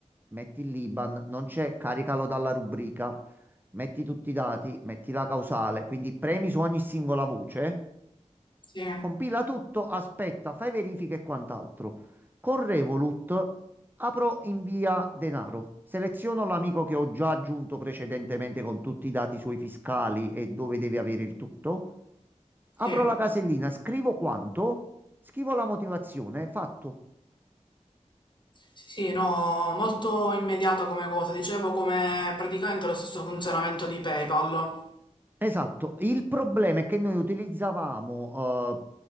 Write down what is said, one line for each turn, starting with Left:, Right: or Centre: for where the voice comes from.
Right: metti il l'IBAN, non c'è, caricalo dalla rubrica, metti tutti i dati, metti la causale, quindi premi su ogni singola voce.
Left: sì,
Right: Compila tutto, aspetta, fai verifiche e quant'altro. Con Revolut apro invia denaro. Seleziono l'amico che ho già aggiunto precedentemente con tutti i dati suoi fiscali e dove deve avere il tutto. Apro
Left: sì.
Right: la casellina, scrivo quanto, scrivo la motivazione, fatto.
Left: Sì, sì, no, molto immediata come cosa. Dicevo come praticamente lo stesso funzionamento di PayPal.
Right: Esatto. Il problema è che noi utilizzavamo eh,